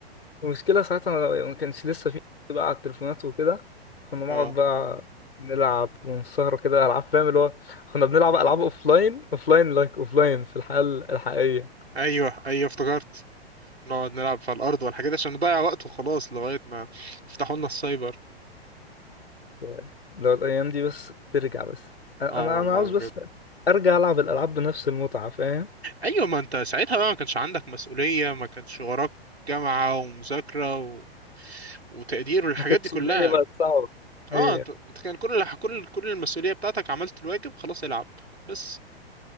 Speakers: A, on the left; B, on the right.
A: المشكلة ساعتها ما كانش لسه في بقى على التليفونات وكده كنا نقعد
B: اه
A: بقى نلعب ونسهر كده ألعاب فاهم اللي هو كنا بنلعب
B: امم
A: ألعاب أوفلاين أوفلاين لايك أوفلاين في الحياة الحقيقية
B: ايوه ايوه افتكرت نقعد نلعب في الارض والحاجات دي عشان نضيع وقت وخلاص لغاية ما يفتحوا لنا السايبر
A: يعني لو الأيام دي بس ترجع بس أنا
B: اه
A: أنا
B: والله
A: أنا عاوز بس
B: بجد
A: أرجع ألعب الألعاب بنفس المتعة فاهم
B: ايوه ما انت ساعتها بقى ما كانش عندك مسؤولية ما كانش وراك جامعة ومذاكرة و... وتقدير والحاجات
A: ما كانتش
B: دي كلها
A: الدنيا بقت صعبة
B: اه
A: أيوة
B: انت انت كان كل الح- كل كل المسؤولية بتاعتك عملت الواجب خلاص العب بس